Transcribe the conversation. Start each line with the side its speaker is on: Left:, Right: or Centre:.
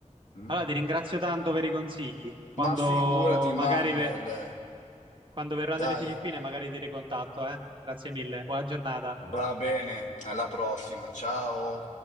Left: Mm?
Right: Allora, ti ringrazio tanto per i consigli. Quando
Left: Ma figurati, Manuel.
Right: magari ve- quando verrò nelle
Left: Dai,
Right: Filippine, magari ti ricontatto, eh. Grazie mille. Buona giornata.
Left: va bene, alla prossima. Ciao.